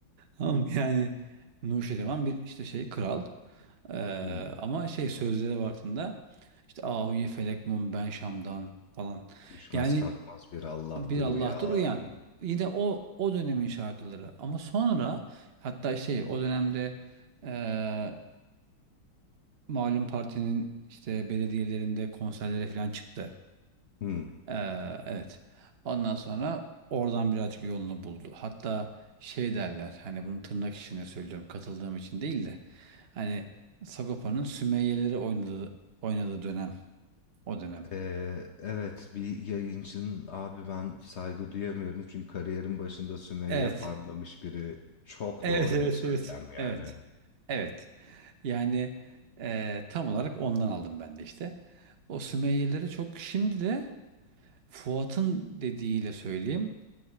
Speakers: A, on the right; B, on the left.
A: Tamam yani Nuşirevan bir işte şey kral Ee,
B: Hı.
A: ama şey sözlere baktığında işte Ahuyi felek mum ben Şam'dan falan
B: Düşmez
A: yani
B: kalkmaz bir Allah'tır
A: bir Allah'tır
B: uyan.
A: uyan. Yine o o dönemin şarkıları. Ama sonra hatta şey o dönemde eee malum partinin işte belediyelerinde konserlere falan çıktı.
B: Hı.
A: Eee, evet. Ondan sonra oradan birazcık yolunu buldu. Hatta şey derler hani bunu tırnak içinde söylüyorum katıldığım için değil de hani Sagopa'nın Sümeyye'leri oynadığı oynadığı dönem o dönem.
B: Ee, evet bir yayıncının abi ben saygı duyamıyorum çünkü kariyerin başında Sümeyye
A: Evet.
B: farmlamış biri çok
A: Evet,
B: doğru
A: evet,
B: bir söylem
A: evet,
B: yani.
A: evet, evet. Yani eee, tam olarak ondan aldım ben de işte. O Sümeyyelilere çok şimdi de Fuat'ın dediğiyle söyleyeyim.